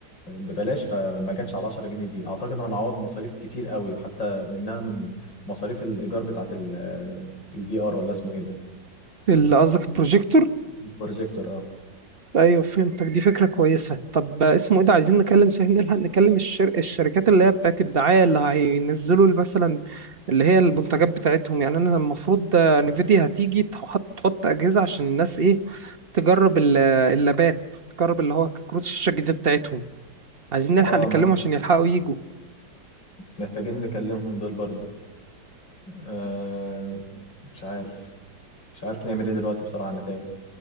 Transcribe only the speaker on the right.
اللي قصدك البروجيكتور
ايوه فهمتك دي فكره كويسه طب اسمه ايه ده عايزين نكلم سهل نلحق نكلم الشر... الشركات اللي هي بتاعت الدعايه اللي هينزلوا مثلا اللي هي المنتجات بتاعتهم يعني انا المفروض آه، نفيديا هتيجي تحط تحط اجهزه عشان الناس ايه تجرب ال- اللابات تجرب اللي هو كروت الشاشه الجديده بتاعتهم عايزين نلحق
نكلمهم
عشان يلحقوا يجوا